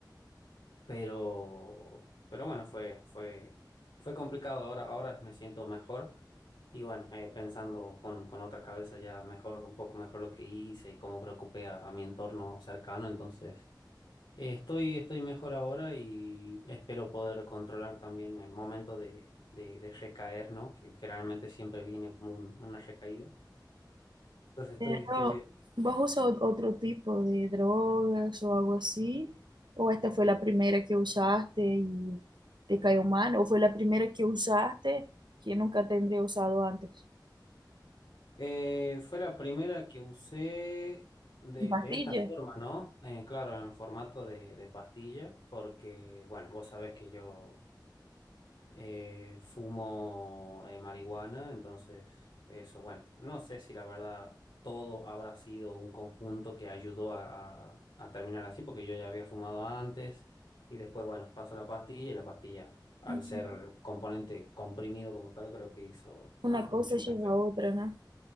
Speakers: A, on the left; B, on the right.
A: pero, pero bueno, fue, fue, fue complicado. Ahora, ahora me siento mejor. Y bueno, eh, pensando con, con otra cabeza ya mejor, un poco mejor lo que hice y cómo preocupé a, a mi entorno cercano. Entonces, eh, estoy, estoy mejor ahora y espero poder controlar también el momento de, de, de recaer, ¿no? Que generalmente siempre viene como un- una recaída. Entonces, estoy,
B: Pero,
A: estoy bien.
B: ¿vos usas ot- otro tipo de drogas o algo así? ¿O esta fue la primera que usaste y te cayó mal? ¿O fue la primera que usaste que nunca tendré usado antes?
A: Eh, fue la primera que usé de,
B: ¿En pastillas?
A: de esta forma, ¿no? Eh, claro, en formato de, de pastilla, porque, bueno, vos sabés que yo eh, fumo eh, marihuana, entonces eso, bueno, no sé si la verdad todo habrá sido un conjunto que ayudó a, a- a terminar así, porque yo ya había fumado antes y después, bueno, paso la pastilla y la pastilla, al
B: Mm.
A: ser componente comprimido como tal, creo que hizo más-
B: Una
A: mucho
B: cosa lleva
A: más
B: a otra, ¿no?